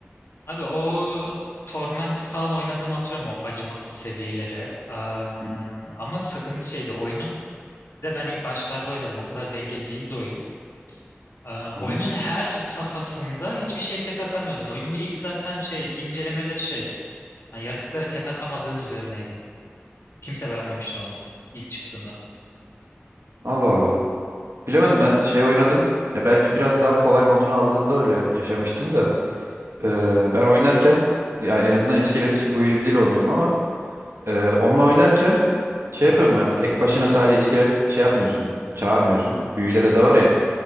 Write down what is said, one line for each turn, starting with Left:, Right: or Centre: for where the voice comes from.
Left: Abi o Torment'i falan oynadığımı hatırlıyorum o acımasız seviyeleri. Aa,
Right: Hı hı.
Left: ama sıkıntı şeydi oyunun. Bir de ben ilk başlarda oynadım. O kadar dengeli değildi oyun. Aa, oyunun
Right: Hı hı.
Left: her safhasında hiçbir şey tek atamıyordun. Oyunun ilk zaten şey incelemeleri şey. Yani yaratıklara tek atamadığın üzerineydi. Kimse beğenmemişti onu ilk çıktığında.
Right: Allah Allah. Bilemedim ben şey oynadım. Ya belki biraz daha kolay modunu aldığımda öyle yaşamıştım da. Ee, ben oynarken yani en azından iskeletçi build ile oynuyordum ama e, onunla oynarken şey
Left: Haha.
Right: yapıyordum hani tek başına sadece iskelet şey yapmıyorsun. Çağırmıyorsun. Büyüleri de var ya.